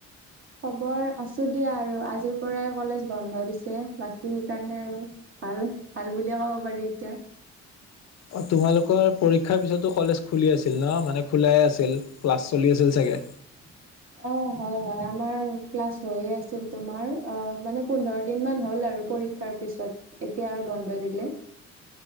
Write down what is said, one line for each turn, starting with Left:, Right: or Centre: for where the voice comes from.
Right: খবৰ আছো দিয়া আৰু, আজিৰ পৰাই কলেজ বন্ধ দিছে। বাকী সেইকাৰণে আৰু আৰু ভাল বুলিয়ে ক'ব পাৰি এতিয়া।
Left: অ' তোমালোকৰ পৰীক্ষাৰ পিছতো কলেজ খুলি আছিল ন মানে খোলাই আছিল? ক্লাছ চলি আছিল চাগে?
Right: <inaudible> অ', হয় হয় আমাৰ ক্লাছ হৈয়ে আছিল তোমাৰ, অ' মানে পোন্ধৰ দিন মান হ'ল আৰু পৰি ক্ষাৰ পিছত, এতিয়া আৰু বন্ধ দিলে।